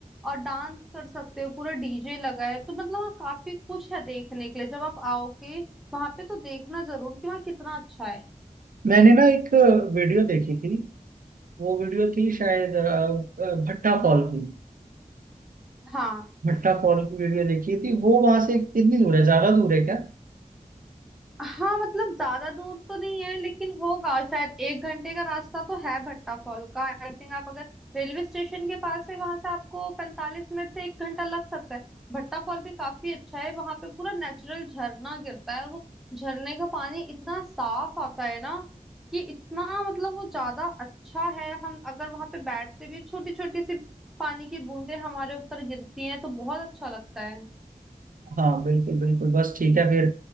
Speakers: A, in the centre; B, on the right (about 75°).
A: और डांस कर सकते हो पूरा डीजे लगा है तो मतलब वहाँ काफी कुछ है देखने के लिए जब आप आओगे वहां पे तो देखना जरूर कि वहाँ कितना अच्छा है
B: मैंने ना एक वीडियो देखी थी वो वीडियो थी शायद अ, अ, भट्टा फॉल की
A: हाँ
B: भट्टा फॉल की वीडियो देखी थी वो वहां से कितनी दूर है ज्यादा दूर है क्या
A: हाँ मतलब ज्यादा दूर तो नहीं है लेकिन होगा शायद एक घंटे का रास्ता तो है भट्टा फॉल का आई थिंक आप अगर रेलवे स्टेशन के पास है वहां से आपको पैंतालीस मिनट से एक घंटा लग सकता है भट्टा फॉल भी काफी अच्छा है वहां पे पूरा नेचुरल झरना गिरता है और वो झरने का पानी इतना साफ आता है ना कि इतना मतलब वो ज्यादा अच्छा है हम अगर वहां पे बैठते भी छोटी छोटी सी पानी की बूंदें हमारे ऊपर गिरती हैं तो बहुत अच्छा लगता है
B: हाँ बिल्कुल बिल्कुल बस ठीक है फिर